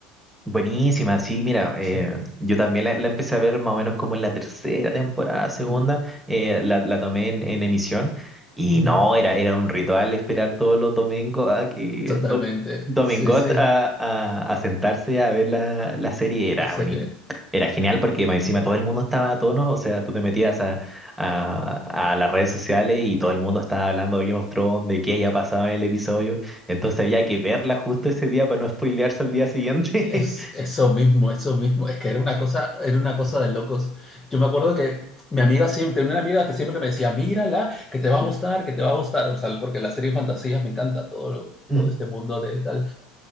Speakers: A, in the centre; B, on the left.
A: Buenísima, sí, mira, eh,
B: Sí.
A: yo también la, la empecé a ver más o menos como en la tercera temporada, segunda,
B: Ujú.
A: eh, la, la tomé en, en emisión y
B: Ujú.
A: no, era, era un ritual esperar todos los domingos a que
B: Totalmente.
A: do- Domingot
B: Sí, sí.
A: a, a, a sentarse a ver la, la serie, era
B: La serie.
A: buenísimo. Era genial porque más encima todo el mundo estaba a tono, o sea, tú te metías a, a, a las redes sociales y todo el mundo estaba hablando de Game of Thrones, de qué haya pasado en el episodio. Entonces había que verla justo ese día para no spoilearse al día siguiente.
B: Es eso mismo, eso mismo. Es que era una cosa, era una cosa de locos. Yo me acuerdo que mi amiga siempre, tenía una amiga que siempre me decía, mírala, que te va a gustar, que te va a gustar. O sea, porque la serie de fantasías me encanta todo, lo-
A: Ujú,
B: todo este mundo de tal.